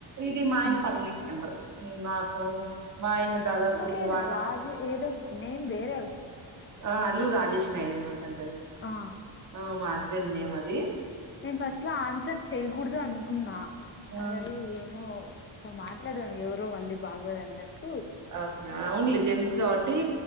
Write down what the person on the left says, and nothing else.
ఉమ్
అందుకేనా
రాజు ఏదో నేమ్ వేరేవొ
ఆ
నేను ఫస్ట్ లో ఆన్సర్ చెయకూడదు అనుకున్నా
అవి ఏమో సారే మాట్లాడదాం ఎవరో మళ్ళీ బాగోదు అన్నట్టు